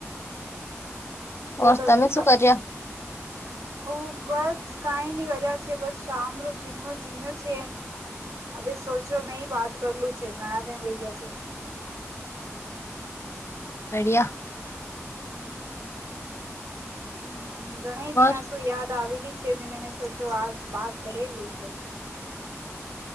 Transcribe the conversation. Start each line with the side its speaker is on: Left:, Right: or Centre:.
Right: અમે
Left: ઓર
Right: તો
Left: તમે
Right: દુકા
Left: શું <inaudible>
Right: ઓ બસ કાઈની કરા છે બસ શામરુ જીમણો જીમ્યા છે. અભી સોચો મેહી બાત કરલું છે. ઘણા દન વહી ગયા છે.
Left: બળિયા.
Right: હમ ઘણા દિના
Left: ઓર
Right: શું યાદ આવેલી છે જે મેને સોચો આજ બાત કરેલું છે.